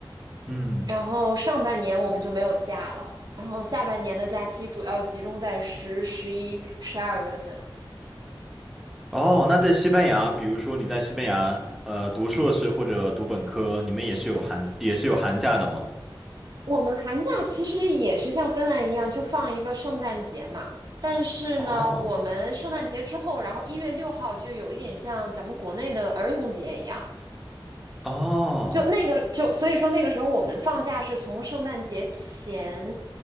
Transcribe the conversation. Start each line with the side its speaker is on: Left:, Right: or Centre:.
Centre: 嗯，
Right: 然后上半年我们就没有假了，然后下半年的假期主要集中在十、十一、十二月份。
Centre: 哦，那在西班牙，比如说你在西班牙呃读硕士或者读本科，你们也是有寒也是有寒假的吗？
Right: 我们寒假其实也是像芬兰一样，就放一个圣诞节嘛。但是呢，
Centre: 哦，
Right: 我们圣诞节之后，然后一月六号就有一点像咱们国内的儿童节一样，
Centre: 哦。
Right: 就那个就所以说那个时候我们放假是从圣诞节前，